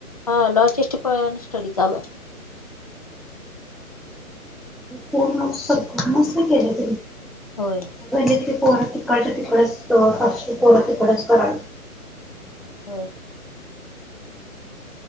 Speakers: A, on the left; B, in the centre.
A: हं लॉजेस्ट पणं स्टडी चालूंयं
B: पूर्ण सगळं मस्तं केलं त्यांनी.
A: होयं
B: पणं इतली पोरं तिकडल्यां तिकडेचं पोरं तिकडचं करांल
A: बरं